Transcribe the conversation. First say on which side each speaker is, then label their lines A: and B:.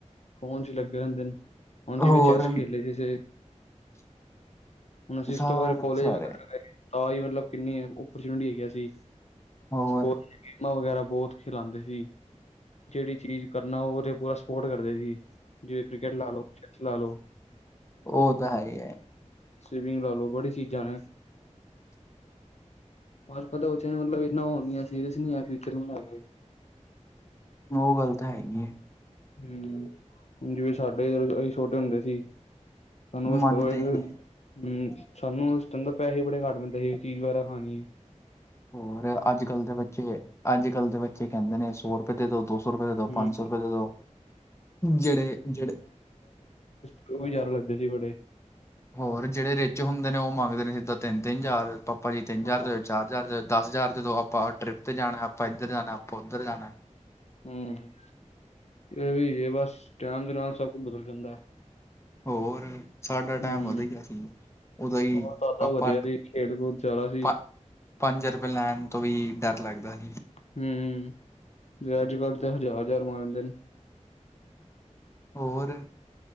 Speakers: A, on the left; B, on the left.
A: ਫੋਨ ਚ ਲੱਗੇ ਰੈਂਦੇਨ। ਹੁਨ, ਜਿਵੇਂ
B: ਹੋਰ
A: ਚੈਸ ਖੇਲੇ <unintelligible> ਹੁਨ, ਅਸੀਂ ਇਸ
B: ਸਾਰੇ
A: ਤੋਂ ਬਾਦ ਕੋਲੇਜ
B: ਦੇ ਸਾਰੇ
A: ਵਗੈਰਾ ਗਏ। ਤਾਂ ਈ ਮਤਲਬ, ਕਿੰਨੀ ਅਪੋਰਚੁਨਿਟੀਆਂ ਹੈਗੀਆ ਸੀ,
B: ਹੋਰ
A: ਸਕੋ ਗੇਮਾਂ ਵਗੈਰਾ ਬੋਤ ਖਿਲਾਂਦੇ ਸੀ, ਜੇੜੀ ਚੀਜ਼ ਕਰਨਾ ਓਦੇ ਪੂਰਾ ਸਪੋਰਟ ਕਰਦੇ ਸੀ, ਜਿਵੇਂ ਕ੍ਰਿਕਟ ਲਾ ਲੋ, ਚੈਸ ਲਾ ਲੋ।
B: ਓ ਤਾਂ ਹੈ ਈ ਐ।
A: ਸਵੀਮਿੰਗ ਲਾ ਲੋ, ਬੜੀ ਚੀਜ਼ਾਂ ਨੇ। ਅੱਜ-ਕੱਲ੍ਹ ਤਾਂ ਬੱਚਿਆਂ, ਮਤਲਬ ਏਨਾਂ ਓ ਨੀ ਐ ਸੀਰੀਅਸ ਨੀ ਐ, ਫਿਊਚਰ ਨੂੰ ਲੈ ਕੇ।
B: ਓ ਗੱਲ ਤਾਂ ਹੈਈ ਏ।
A: ਹੂੰ, ਹੁਨ ਜਿਵੇਂ ਸਾਡੇ, ਅਸੀ ਛੋਟੇ ਹੁੰਦੇ ਸੀ। ਸਾਨੂੰ ਓਸ
B: ਮੰਨਦੇ
A: <unintelligible> ਹੂੰ,
B: ਹੀ ਨਹੀਂ
A: ਸਾਨੂੰ ਓਸ ਟੈਮ ਤਾਂ ਪੈਹੇ ਹੀ ਬੜੇ ਘੱਟ ਮਿਲਦੇ ਸੀ, ਚੀਜ਼ ਵਗੈਰਾ ਖਾਨੀ ਏ।
B: ਹੋਰ ਅੱਜ-ਕੱਲ੍ਹ ਦੇ ਬੱਚੇ, ਅੱਜ-ਕੱਲ੍ਹ ਦੇ ਬੱਚੇ ਕੈਂਦੇ ਨੇ, ਸੌ ਰਪੈ ਦੇ ਦੋ, ਦੋ ਸੌ ਸੋ ਰਪੈ ਦੇਦੋ,
A: ਹੂੰ,
B: ਪੰਜ ਸੌ ਰਪੈ, ਜੇੜੇ-ਜੇੜੇ
A: ਓ ਵੀ ਜਾਦਾ ਲੱਗਦੇ ਸੀ ਬੜੇ।
B: ਹੋਰ ਜੇੜੇ ਰੇਚ ਹੁੰਦੇ ਨੇ, ਓ ਮੰਗਦੇ ਨੇ ਸਿੱਧਾ ਤਿੰਨ-ਤਿੰਨ ਜ਼ਾਰ ਪਾਪਾ ਜੀ ਤਿੰਨ ਜ਼ਾਰ
A: ਹਾਂ
B: ਦੇ ਚਾਰ-ਹਜ਼ਾਰ ਦੇ, ਦਾਸ-ਹਜ਼ਾਰ ਦੇਦੋ। ਆਪਾਂ ਟ੍ਰਿਪ, ਤੇ ਜਾਣਾ, ਆਪਾਂ ਏਧਰ ਜਾਣਾ, ਆਪਾਂ ਓਧਰ ਜਾਣਾ ਐ।
A: ਹੂੰ, ਐ ਵੀ ਏ ਬਸ ਟੈਮ ਦੇ ਨਾਲ ਸਭ ਕੁਝ ਬਦਲ ਜਾਂਦਾ ਐ।
B: ਹੋਰ। ਸਾਡਾ
A: ਹੂੰ,
B: ਟੈਮ ਵੱਧਿਆ ਸੀ, ਉਦੋਂ ਈ
A: ਹੋਰ ਦਾਦਾ
B: ਆਪਾਂ
A: ਵਧੀਆ ਸੀ ਖੇਲ ਕੂਦ ਜ਼ਿਆਦਾ ਸੀ
B: ਅ ਪੰਜ ਰਪੈ ਲੈਨ ਤੋਂ ਵੀ ਡਰ ਲੱਗਦਾ ਹੀ।
A: ਹੂੰ, ਜੇੜੇ ਅੱਜ-ਕੱਲ੍ਹ ਤੇ ਹਜ਼ਾਰ-ਹਜ਼ਾਰ ਮਗਂਦੇ ਨ।
B: ਹੋਰ